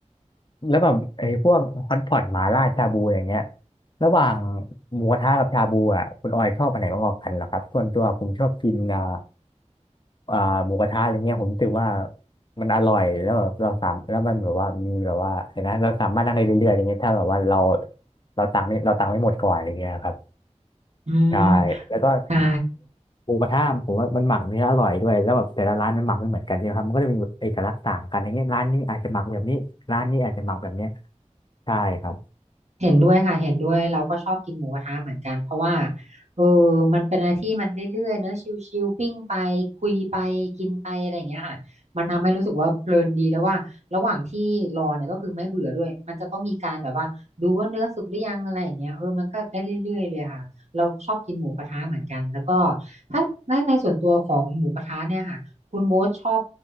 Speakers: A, on the left; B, on the right.
A: แล้วแบบไอ้พวกฮอตพอตหมาล่าชาบูอย่างเงี้ยระหว่างหมูกระทะกับชาบูอ่ะคุณออยชอบอันไหนมากกว่ากันเหรอครับส่วนตัวผมชอบกินอ่าอ่าหมูกระทะอะไรเงี้ยผมรู้สึกว่ามันอร่อยแล้วแบบเราสามแล้วมันแบบว่ามีแบบว่าเห็นไหมเราสามารถนั่งได้เรื่อยๆอย่างเงี้ยถ้าแบบว่าเราเราตังค์ไม่เราตังค์ไม่หมดก่อนอะไรเงี้ยครับ
B: อืม
A: ใช่แล้วก็
B: ใช่
A: หมูกระทะผมว่ามันหมักเนื้ออร่อยด้วยแล้วแบบแต่ละร้านมันหมักไม่เหมือนกันใช่ไหมครับมันก็จะมีเอกลักษณ์ต่างกันอย่างเงี้ยร้านนี้อาจจะหมักแบบนี้ร้านนี้อาจจะหมักแบบเนี้ย ใช่ครับ
B: เห็นด้วยค่ะเห็นด้วยเราก็ชอบกินหมูกระทะเหมือนกันเพราะว่าเออมันเป็นอะไรที่มันเรื่อยๆเนอะชิลๆปิ้งไปคุยไปกินไปอะไรอย่างเงี้ยค่ะมันทำให้รู้สึกว่าเพลินดีแล้วว่าระหว่างที่รอเนี่ยก็คือไม่เบื่อด้วยมันจะต้องมีการแบบว่าดูว่าเนื้อสุกหรือยังอะไรอย่างเงี้ยเออมันก็ได้เรื่อยๆเลยค่ะเราชอบกินหมูกระทะเหมือนกันแล้วก็ถ้าในในส่วนตัวของหมูกระทะเนี่ยค่ะคุณโบ๊ทชอบ